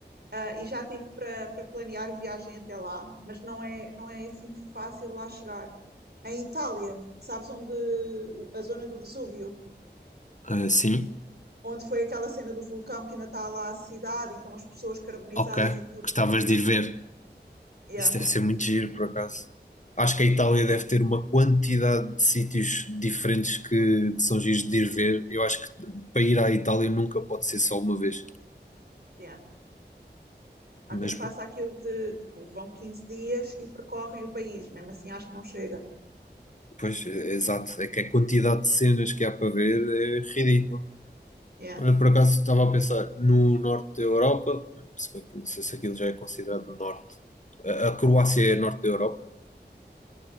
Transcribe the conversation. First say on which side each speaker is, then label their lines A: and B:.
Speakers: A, on the right; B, on the left.
A: ah, e já tive para para planear viagem até lá, mas não é, não é assim fácil lá chegar. Em Itália, sabes onde a zona do Vesúvio,
B: Ah, sim,
A: onde foi aquela cena do vulcão que ainda está lá a cidade e estão as pessoas carbonizadas
B: ok.
A: e tudo.
B: Gostavas de ir ver.
A: Yeah,
B: Isso deve ser muito giro, por acaso. Acho que a Itália
A: yeah,
B: deve ter uma quantidade de sítios diferentes que, que são giros de ir ver. Eu acho que para ir à Itália nunca pode ser só uma vez.
A: yeah. Há
B: Mas,
A: quem faça aquilo de, tipo, vão 15 dias e percorrem o país. Mesmo assim, acho que não chega.
B: pois, é- é exato. É que a quantidade de cenas que há para ver é ridícula.
A: Yeah.
B: Olha, por acaso estava a pensar no norte da Europa, se bem que não sei se aquilo já é considerado norte. A a Croácia é norte da Europa.